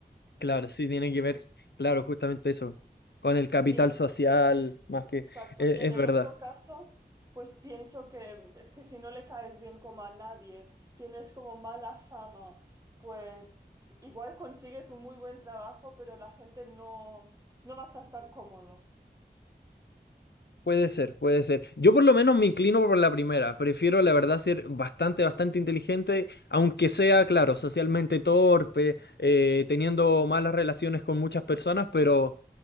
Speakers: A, on the left (about 80°); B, on the right (about 20°).
A: claro, sí, tiene que ver, claro, justamente eso, con el capital
B: Y,
A: social, más que,
B: Exacto.
A: e-
B: Y en
A: es,
B: el
A: verdad.
B: otro caso, pues pienso que es que si no le caes bien como a nadie, tienes como mala fama, pues igual consigues un muy buen trabajo, pero la gente no, no vas a estar cómodo.
A: Puede ser, puede ser. Yo por lo menos me inclino por la primera. Prefiero, la verdad, ser bastante, bastante inteligente, aunque sea, claro, socialmente torpe, eh, teniendo malas relaciones con muchas personas, pero